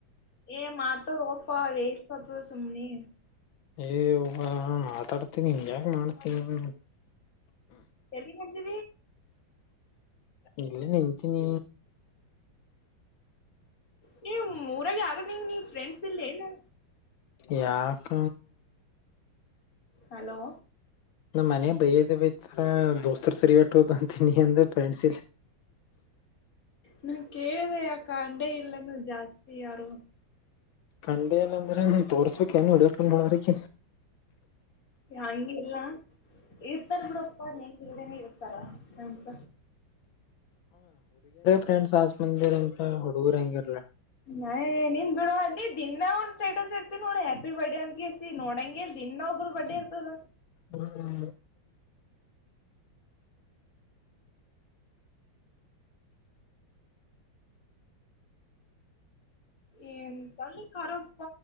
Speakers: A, on the left (about 45°); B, on the left (about 85°).
A: ಏ ಮಾತ ರೋಪ ರೇಸ್್ತತ ಸುಮನೆ
B: ಏ ಮಾತಾಡ್ತನಿ ಹಿಂಗ್ಯಾಕ ಮಾಡ್ತೀನಿ
A: ಎಲ್ಲಿ ಮಾಡ್ದಿ
B: ಇಲ್ಲ ನಿಲ್ತೀನಿ
A: ನೀ ಮೂಊರಾಗ ಯಾರು ನಿಂಗ ನೀ ಫ್ರೆಂಡ್ಸ್ ಇಲ್ಲಿ ಏನು
B: ಯಾಕ
A: ಹಲೋ
B: ನಮ್ಮ್ ಮನೆ ಬೈಯದ ಬತಾರ ದೋಸ್ತರ್ ಸರಿಯಟೋ ಅಂತೀನಿ ಅಂದ್ರ ಫ್ರೆಂಡ್ಸ್ ಇಲ್ಲ
A: ನಾ ಕೇಳಿದೆ ಯ ಕಂಡೆ ಇಲ್ಲಾನ ಜಾಸ್ತಿ ಯಾರು
B: ಖಂಡಿ ಅಲ್ಲ ಅಂದ್ರೆ ನನ್ ತೋರ್ಸ್ಬೇಕಕ್ ಏನು ಹೊಡಟ್ ನೋಡೋರಿಕ
A: ಹಂಗಲ್ಲ ಇರ್ತಾರ ಬಿಡಪ್ಪಾ ನೀನ್ ಹೇಳೇನೆ ಇರ್ತಾರ ನಸ
B: ್ರೆಂಡ್ಸ್ ಆಸ್ ಮಂದಿರ ಎಂತ ಹುಡುಗುರ ಹೆಂಗರಲ್ಲ
A: ನಯ ನೀನ್ ಬಿಡ ಅ ನೀ ದಿನಾ ಒಂದ್ ಸ್ಟೇಟಸ್ ಇರ್ತಿ ನೋಡಿ ಹ್ಯಾಪಿ ಬರ್ಡೇ ಅಂತಗೆಸ ನೋಡಂಗ ಇ ದಿನ ಒಬ್ಬರು ಬಡ್ಡಿ ಇರ್ತದ
B: ಹ್ಮ ಹ್ಮ
A: ಏ ತಲ್ಲಿ ಖರಪ್ಪ